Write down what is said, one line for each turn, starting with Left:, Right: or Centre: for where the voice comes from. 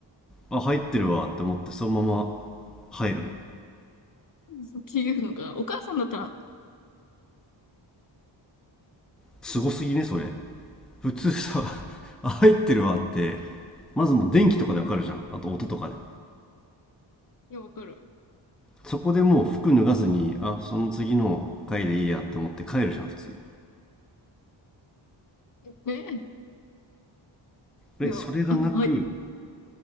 Centre: あ、入ってるわって思ってそのまま入るの。
Left: <laughs> っていうのが、お母さんだったら、
Centre: すごすぎね、それ。普通さ、<laughs> あ、入ってるわって、まずもう電気とかでわかるじゃん。あと音とかで。
Left: いや、わかる。
Centre: そこでもう服脱がずに、あ、その次の回でいいやって思って帰るじゃん、普通。
Left: ね、
Centre: え、
Left: いや、
Centre: それがなく、
Left: あの、はい。